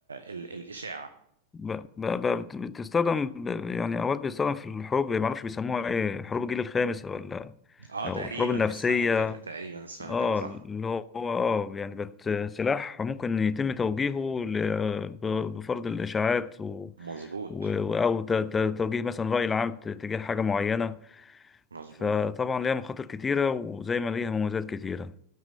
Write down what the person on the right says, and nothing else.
ال الاشاعه
اه
تقريبا
اسمها كده تقريبا اسمها
كده صح
مظبوط
مظبوط